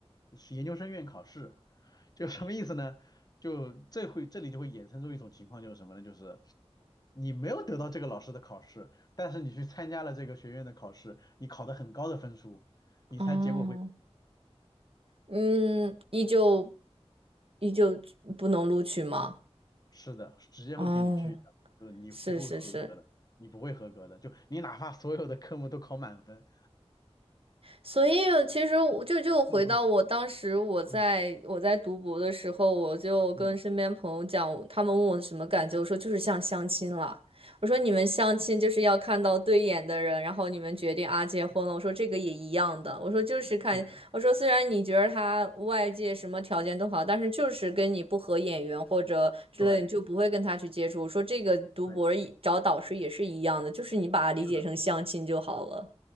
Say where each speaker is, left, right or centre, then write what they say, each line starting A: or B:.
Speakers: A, on the left; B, on the right.
A: 是研究生院考试。就什么意思呢？就这会这里就会衍生出一种情况，就是什么呢？就是你没有得到这个老师的考试。但是你去参加了这个学院的考试，你考得很高的分数，你猜结果会
B: 哦，嗯，依旧依旧不能录取吗？
A: 是的，直接会给你拒掉，
B: 哦，
A: 就是你不会合格的，
B: 是是是。
A: 你不会合格的，就你哪怕所有的科目都考满分，
B: 所以其实我就就回到我当时我在我在读博的时候，
A: 嗯嗯嗯
B: 我就跟身边朋友讲，
A: 嗯，
B: 他们问我什么感觉，我说就是像相亲了。我说你们相亲就是要看到对眼的人，然后你们决定啊结婚了。我说这个也一样的，我说就是看，
A: 对的，
B: 我说虽然你觉得他外界什么条件都好，但是就是跟你不合眼缘或者之类的，
A: 对
B: 你就不会跟他去接触。我说这个读博找导师也是一样的，
A: 对，
B: 就是你把它理解成相亲就好了。
A: 是的，